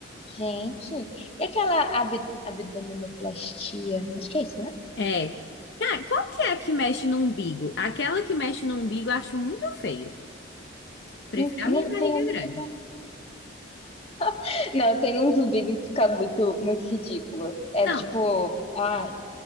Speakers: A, on the left; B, on the left.
A: Gente, e aquela ab abdominoplastia? Acho que é isso, né?
B: É. Cara, qual que é a que mexe no umbigo? Aquela que mexe no umbigo eu acho muito feio. Prefiro
A: Hum, Não
B: a minha barriga
A: tem. a mínima-
B: grande.
A: <laughs> Não, tem uns vídeos que fica muito, muito ridículo. É
B: Não.
A: tipo, ai,